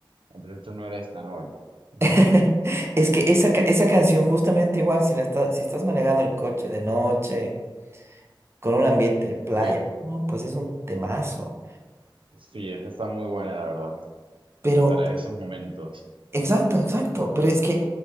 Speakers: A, on the right; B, on the right.
A: entonces tú no eres tan old. <laughs>
B: <laughs> Es que esa, ca- esa canción, justamente igual, si la está- si estás manejando el coche de noche, con un ambiente de playa,
A: Sí,
B: no, pues es un temazo.
A: sí, esa está muy buena, la verdad,
B: Pero
A: para esos momentos.
B: Exacto, exacto. Pero es que